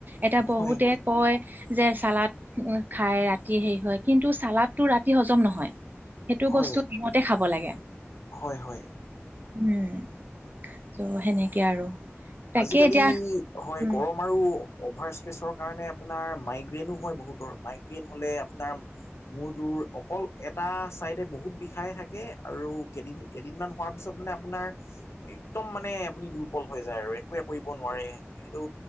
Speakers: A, on the right; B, on the left.
A: এতিয়া বহুতে
B: হয় হয়
A: কয় যে চালাদ খায় ৰাতি হেৰি হয় কিন্তু চালাদ টো ৰাতি হজম নহয় সেইটো
B: হয়
A: বস্তু দিনতে খাব লাগে।
B: হয়, হয়।
A: উম, তো সেনেকে আৰু। তাকে
B: আজিকালি
A: এতিয়া
B: হয়
A: উম,
B: গৰম আমাৰো অ'ভাৰ ষ্ট্ৰেছৰ কাৰণে আপোনাৰ মাইগ্ৰেইনো হয় বহুতৰ মাইগ্ৰেইন হ'লে আপোনাৰ মূৰ তোৰ অকল এটা ছাইডে বহুত বিষাই থাকে আৰু কেদিন কেইদিন মান হোৱাৰ পিছত মানে আপোনাৰ একদম মানে আপুনি দুৰ্বল হৈ যায় আৰু। একোৱে কৰিব নোৱাৰে সেইটো